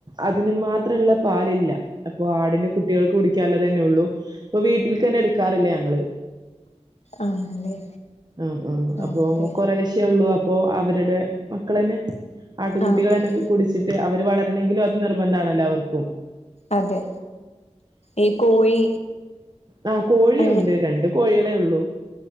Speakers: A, on the right (about 35°); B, on the left (about 70°).
A: അതിന് മാത്രം ള്ള പാലില്ല അപ്പോ ആടിന്റെ കുട്ടികൾക്ക് കുടിക്കാൻ ഇല്ലതന്നെ ഒള്ളൂ ഇപ്പോ വീട്ടിൽക്കന്നെ എടുക്കാറില്ല ഞങ്ങൾ
B: ആഹ് ആണല്ലേ
A: ആഹ് ആഹ് അപ്പോ
B: അതെ
A: കൊറെശെ ഒള്ളു അപ്പോ അവരുടെ മക്കളന്നെ ആട്ടിൻകുട്ടികളന്നെ
B: ആ കുടി
A: കുടിച്ചിട്ട് അവര് വളരണങ്കിലും അത് നിർബന്ധമാണല്ലോ അവർക്കും
B: അതെ ഈ കോഴി
A: ആഹ് കോഴിയുണ്ട്
B: അങ്ങ
A: രണ്ട് കോഴികളെ ഉള്ളൂ